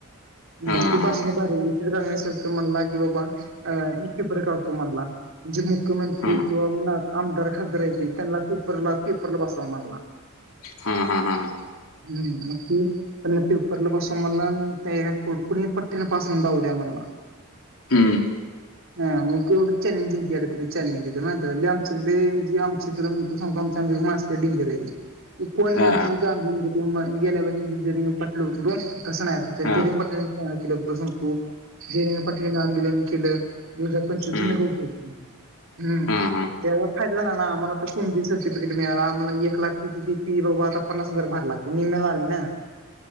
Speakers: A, on the left (about 85°); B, on the right (about 65°).
A: हा
B: मग ती
A: हा
B: भाष बाहेरुन गणेश सर ला म्हणला की बाबा अ नी पेपर काढतो म्हणला. जे मुख्यमंत्री
A: हा
B: किंवा आमदार, खासदार आहेतील त्यांना पेपरला, पेपरला बसावा म्हणला. <unintelligible>
A: हा, हा, हा, ह.
B: हम्म मग ते त्यांना पेपरला बसवा म्हणला कुणी पठ्ठ्याला पासून होऊन दाऊदया म्हणाला.
A: हम्म..
B: हा मग चॅलेंजलीड चलेज लय आमच लय. शिक तूला सांगु का आमच्या, आमच्या मास्टर किम केल्या हाय की. कोणी
A: हा
B: बुरत आोल <unintelligible> गेल्यापर्य पटलूवर.. कसं नाही
A: हा
B: रंगपट्टनी केलं सांगतो जरंगपट्टणी आदोलन केलं. दवज आपण चकून
A: हम्म
B: नाही ख शकतो हम्
A: हा हा
B: त्या फायदा झाला ना आमलाता कोणती सर्टिफिकेट मिळाला आम्हाला एक लाख कोणती फी बाबा आ पन्नास हजार भार लागती. ती निमेला आली ना.